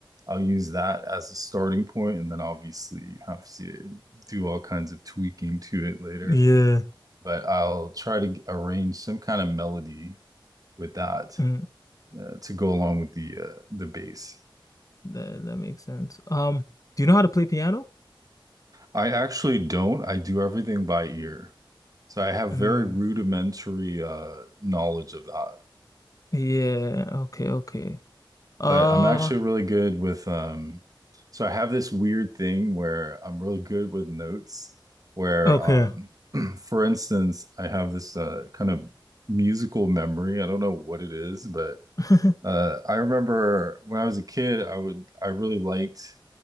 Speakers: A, on the right; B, on the left.
A: I'll use that as a starting point and then obviously you have to do all kinds of tweaking to it later.
B: yeah
A: But I'll try to arrange some kind of melody with that
B: mm,
A: uh, to go along with the uh, the bass.
B: that, that makes sense um do you know how to play piano
A: I actually don't. I do everything by ear. So I have
B: Mm.
A: very rudimentary uh, knowledge of that.
B: Yeah. okay, okay. Uh,
A: But I'm actually really good with um so I have this weird thing where I'm really good with notes where
B: okay.
A: um <clears throat> for instance, I have this uh, kind of musical memory. I don't know what it is, but
B: <laughs>
A: Uh, I remember when I was a kid, I would I really liked